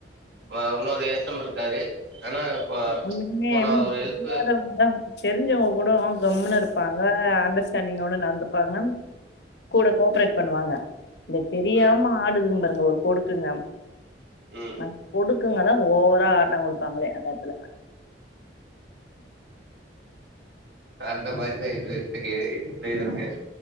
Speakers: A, on the right; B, on the left.
A: வ இன்னோரு எஸ் எம் இருக்காரு ஆனா இப்போ
B: ஒன்னுமே
A: இப்போ நா
B: ம்
A: ஒரு
B: தெரியாதவங்க
A: ஹெல்ப்பு
B: தா தெரிஞ்சவங்க கூடோ கம்னு இருப்பாங்க அண்டர்ஸ்டாண்டிங்கோட நடந்துப்பாங்க கூட கோ ஆப்ரேட் பண்ணுவாங்க. இந்த தெரியாம
A: ம்
B: ஆடுதுங்க பாருங்க ஒரு கொடுக்குங்க
A: ம்
B: அ கொடுக் குங்க தா ஓவரா ஆட்டம் குடுப்பாங்ளே நேத்துல
A: அந்த மாரிதா இது எதுக்கு இது இருக்கு